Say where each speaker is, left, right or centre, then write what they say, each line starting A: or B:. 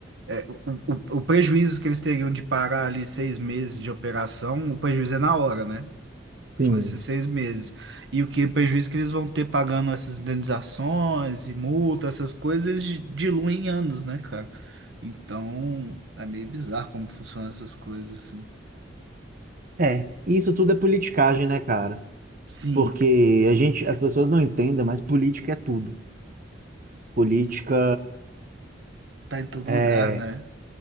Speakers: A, on the right; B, on the right.
A: é, o, o, o prejuízo que eles teriam de parar ali seis meses de operação, o prejuízo é na hora, né?
B: Sim.
A: São esses seis meses. E o que prejuízo que eles vão ter pagando essas indenizações e multa, essas coisas, eles di- diluem em anos, né, cara? Então, é meio bizarro como funcionam essas coisas, assim.
B: É, isso tudo é politicagem, né, cara?
A: Sim,
B: porque a gente, as pessoas não entendem, mas política é tudo. Política
A: tá em todo
B: é
A: lugar, né?